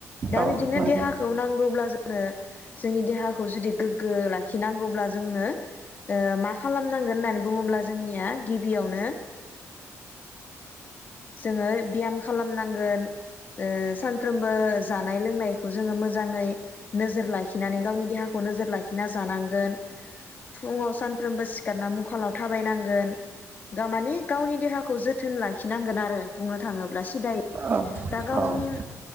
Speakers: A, on the left (about 30°); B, on the right (about 35°).
A: दा
B: औ
A: बिदिनो
B: नंगौ
A: देहाखौ नांगौब्ला जो ङो जोंनि देहाखौ जुदि गोग्गो लाखिनांगौब्ला जोंनो ओ मा खालामनांगोन होननानै बुङोब्ला जोंनिया गिबियावनो जोङो ब्याम खालामनांगोन ओ सानफ्रोमबो जानाय लोंनाय खौ जोङो मोजाङै नोजोर लाखिनानै गावनि देहाखौ नोजोर लाखिना जानांगोन फुङाव सानफ्रोमबो सिखारना मुख गोलाव थाबायनांगोन गामाने गावनि देहाखौ जोथोन लाखि नांगोन आरो बुंनो थाङोब्ला <unintelligible>
B: औ
A: दा गावनि
B: औ